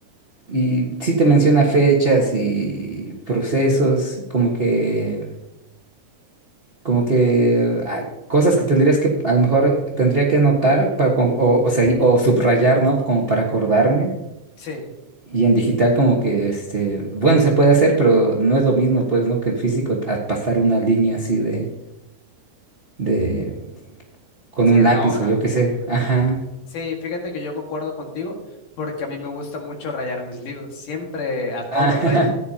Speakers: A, on the right (about 45°); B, on the left (about 90°).
A: Y sí te menciona fechas y procesos, como que, como que ah, cosas que tendrías que, a lo mejor tendría que anotar para, como- o, o sea, o subrayar, ¿no? Como para acordarme.
B: Sí,
A: Y en digital como que, este, bueno, se puede hacer, pero no es lo mismo, pues, ¿no? Que en físico a pasar una línea así de, de, con
B: sí,
A: un
B: en
A: lápiz
B: la hoja.
A: o yo qué sé. Ajá.
B: Sí, fíjate que yo concuerdo contigo porque a mí me gusta mucho rayar mis libros, siempre a todos
A: Ajá.
B: los rayo,